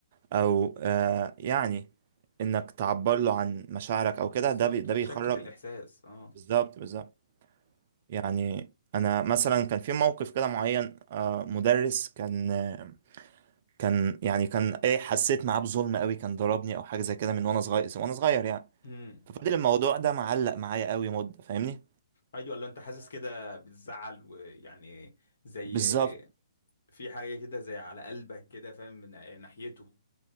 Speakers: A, on the right; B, on the left.
A: او آه يعني انك تعبر له عن مشاعرك او كده
B: بالظبط
A: ده بي ده بيخرج
B: مشاركة الإحساس اه
A: بالظبط بالظبط يعني انا مثلا كان في موقف كده معين آه مدرس كان آه، كان يعني كان ايه حسيت معاه بظلم قوي كان ضربني او حاجه زي كده من وانا صغير وانا صغير يعني
B: امم
A: فضل الموضوع ده معلق معايا قوي مدة فاهمني
B: ايوه لو انت حاسس كده بتزعل ويعني زي
A: فبالظبط
B: في حاجه كده زي على قلبك كده فاهم من ناحيته